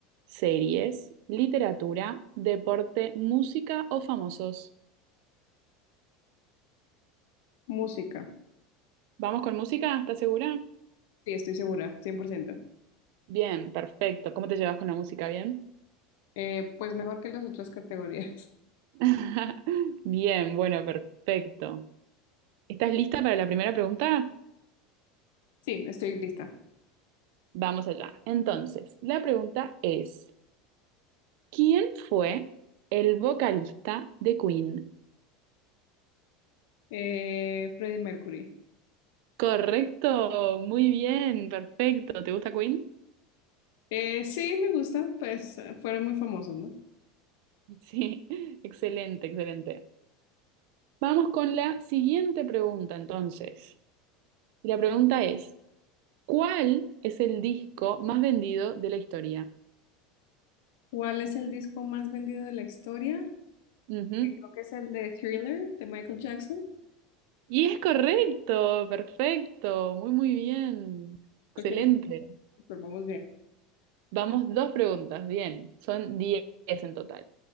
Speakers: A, on the right; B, on the left.
A: series, literatura, deporte, música o famosos.
B: Música.
A: ¿Vamos con música? ¿Estás segura?
B: Sí, estoy segura, 100%.
A: Bien, perfecto. ¿Cómo te llevas con la música? ¿Bien?
B: Eh, pues mejor que las otras categorías. <laughs>
A: <laughs> Bien, bueno, perfecto. ¿Estás lista para la primera pregunta?
B: Sí, estoy lista.
A: Vamos allá. Entonces, la pregunta es, ¿quién fue el vocalista de Queen?
B: Eh, Freddie Mercury.
A: Correcto, muy bien, perfecto. ¿Te gusta Queen?
B: Eh, sí, me gusta. Pues fueron muy famosos, ¿no?
A: Sí, <laughs> excelente, excelente. Vamos con la siguiente pregunta entonces. Y la pregunta es, ¿cuál es el disco más vendido de la historia?
B: ¿Cuál es el disco más vendido de la historia?
A: Ujú.
B: Creo que es el de Thriller de Michael Jackson.
A: Y es correcto, perfecto, muy, muy bien, excelente.
B: Ok, pues vamos bien.
A: Vamos dos preguntas, bien, son 10 en total.